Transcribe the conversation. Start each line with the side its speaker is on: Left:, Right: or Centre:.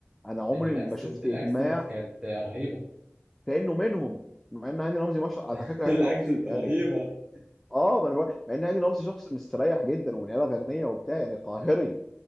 Centre: انا عمري
Right: الاكسنت
Centre: ما شفت
Right: الاكسنت
Centre: اجماع
Right: كانت رهيبة
Centre: كانه منهم مع ان هاني رمزي مش على
Right: <laughs>
Centre: فكره
Right: الاكسنت
Centre: هاني رمزي يعني
Right: رهيبة
Centre: اه ما انا بقول- مع ان هاني رمزي شخص مستريح جدا ومن عيله غنيه وبتاع يعني قاهري